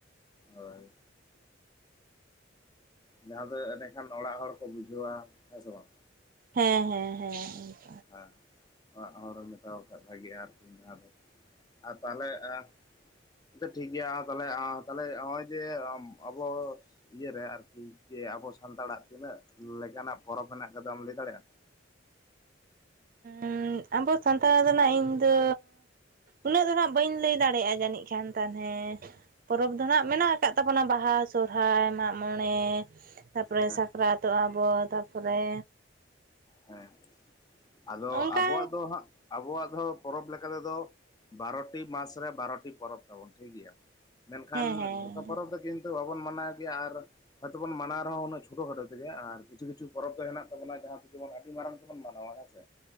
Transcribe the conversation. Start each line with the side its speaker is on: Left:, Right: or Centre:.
Left: ᱦᱳᱭ ᱡᱟᱦᱟᱸ ᱫᱚ ᱮᱸᱰᱮᱠᱷᱟᱱ ᱚᱲᱟᱜ ᱦᱚᱲ ᱠᱚ ᱵᱩᱡᱷ ᱡᱚᱣᱟ ᱦᱮᱸ ᱥᱮ ᱵᱟᱝ?
Right: ᱦᱮᱸ ᱦᱮᱸ ᱦᱮᱸ
Left: ᱦᱮᱸ ᱚᱲᱟᱜ ᱦᱚᱲ ᱢᱮᱛᱟᱣ ᱠᱚ ᱠᱷᱟᱡ ᱵᱷᱟᱜᱤᱜᱼᱟ ᱟᱨᱠᱤ ᱡᱟᱦᱟᱸ ᱫᱚ ᱟᱨ ᱛᱟᱦᱞᱮ ᱟᱸ ᱟᱪᱷᱟ ᱴᱷᱤᱠ ᱜᱮᱭᱟ ᱛᱟᱦᱞᱮ ᱟᱸ ᱛᱟᱦᱞᱮ ᱦᱚᱜᱼᱚᱭ ᱡᱮ ᱟᱵᱚ ᱤᱭᱟᱹᱨᱮ ᱟᱨᱠᱤ ᱡᱮ ᱟᱵᱚ ᱥᱟᱱᱛᱟᱲᱟᱜ ᱛᱤᱱᱟᱹᱜ ᱞᱮᱠᱟᱱᱟᱜ ᱯᱚᱨᱚᱵᱽ ᱦᱮᱱᱟᱜ ᱠᱟᱫᱟᱢ ᱞᱟᱹᱭ ᱫᱟᱲᱮᱜᱼᱟ?
Right: ᱮᱸ ᱟᱵᱚ ᱥᱟᱱᱛᱟᱲᱟᱜ ᱫᱚ ᱱᱟᱜ ᱤᱧ ᱫᱚ ᱩᱱᱟᱹᱜ ᱫᱚ ᱱᱟᱜ ᱵᱟᱹᱧ ᱞᱟᱹᱭ ᱫᱟᱲᱮᱜᱼᱟ ᱡᱟᱹᱱᱤᱡ ᱠᱷᱟᱱ ᱛᱮᱞᱦᱮ ᱯᱚᱨᱚᱵᱽ ᱫᱚ ᱱᱟᱜ ᱢᱮᱱᱟᱜ ᱠᱟᱜ ᱛᱟᱵᱚᱱᱟ ᱵᱟᱦᱟ ᱥᱚᱨᱦᱟᱭ ᱢᱟᱜ ᱢᱚᱬᱮ ᱛᱟᱯᱚᱨᱮ
Left: ᱦᱮᱸ
Right: ᱥᱟᱠᱨᱟᱛᱚᱜᱼᱟ ᱵᱚ ᱛᱟᱯᱚᱨᱮ
Left: ᱦᱮᱸ ᱟᱫᱚ
Right: ᱚᱱᱠᱟ
Left: ᱟᱵᱚᱣᱟᱜ ᱫᱚ ᱦᱟᱸᱜ ᱟᱵᱚᱣᱟᱜ ᱫᱚ ᱯᱚᱨᱚᱵᱽ ᱞᱮᱠᱟ ᱛᱮᱫᱚ ᱵᱟᱨᱚᱴᱤ ᱢᱟᱥ ᱨᱮ ᱵᱟᱨᱚᱴᱤ ᱯᱚᱨᱚᱵᱽ ᱛᱟᱵᱚᱱ ᱴᱷᱤᱠᱜᱮᱭᱟ᱾ ᱢᱮᱱᱠᱷᱟᱱ
Right: ᱦᱮᱸ ᱦᱮᱸ
Left: ᱡᱷᱚᱛᱚ ᱯᱚᱨᱚᱵᱽ ᱫᱚ ᱠᱤᱱᱛᱩ ᱵᱟᱵᱚᱱ ᱢᱟᱱᱟᱣ ᱜᱮᱭᱟ ᱟᱨ ᱦᱚᱭᱛᱚᱵᱚᱱ ᱢᱟᱱᱟᱣ ᱨᱮᱦᱚᱸ ᱩᱱᱟᱹᱜ ᱪᱷᱳᱴᱳ ᱠᱷᱟᱴᱳ ᱛᱮᱜᱮ ᱮᱸ ᱠᱤᱪᱷᱩ ᱠᱤᱪᱷᱩ ᱯᱚᱨᱽ ᱫᱚ ᱦᱮᱱᱟᱜ ᱛᱟᱵᱚᱱᱟ ᱡᱟᱦᱟᱸ ᱡᱮᱢᱚᱱ ᱟᱹᱰᱤ ᱢᱟᱨᱟᱝ ᱛᱮᱵᱚᱱ ᱢᱟᱱᱣᱟᱹ ᱦᱮᱸ ᱥᱮ?